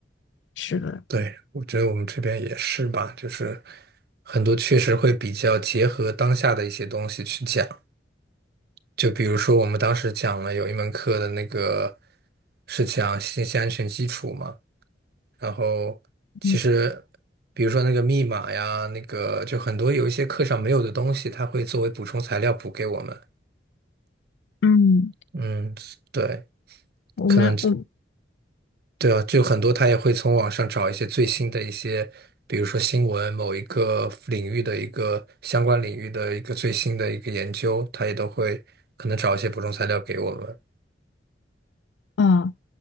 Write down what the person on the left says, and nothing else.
是的，
嗯
嗯，
我们我
啊。